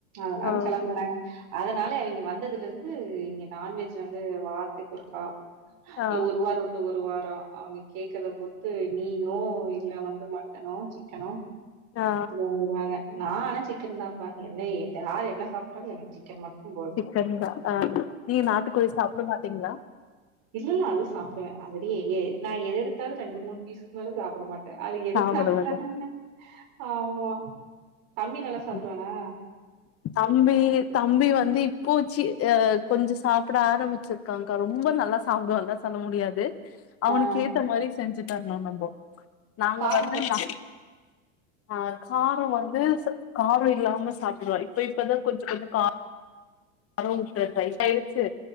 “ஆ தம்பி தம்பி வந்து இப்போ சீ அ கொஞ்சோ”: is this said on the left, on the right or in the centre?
Left